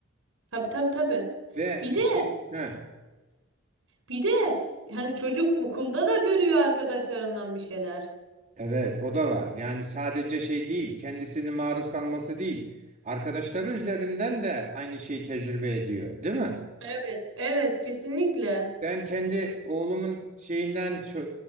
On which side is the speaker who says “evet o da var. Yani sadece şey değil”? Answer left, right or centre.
Right